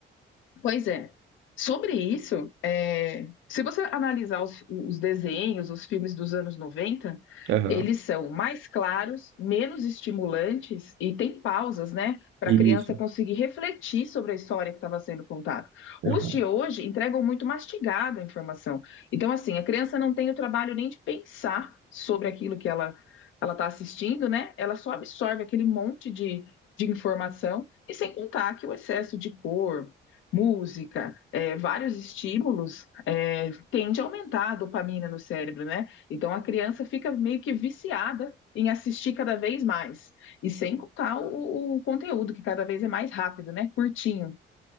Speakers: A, on the left; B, on the right.
A: Pois é. Sobre isso, é, se você analisar os, os desenhos, os filmes dos anos 90,
B: Aham.
A: eles são mais claros, menos estimulantes e tem pausas, né, para
B: Isso.
A: a criança conseguir refletir sobre a história que estava sendo contada.
B: Aham.
A: Os de hoje entregam muito mastigada a informação. Então, assim, a criança não tem o trabalho nem de pensar sobre aquilo que ela ela está assistindo, né? Ela só absorve aquele monte de, de informação e sem contar que o excesso de cor música, eh, vários estímulos, eh, tende a aumentar a dopamina no cérebro, né? Então a criança fica meio que viciada em assistir cada vez mais. E sem contar o, o conteúdo, que cada vez é mais rápido, né? Curtinho.